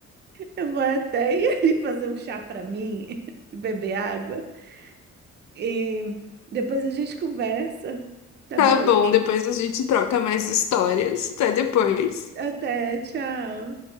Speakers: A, on the right; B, on the left.
A: eu vou até <laughs> ir ali fazer um chá pra mim, <laughs> e beber água. E depois a gente conversa, tá
B: Tá
A: bom?
B: bom, depois a gente troca mais histórias. Até depois.
A: Até, tchau.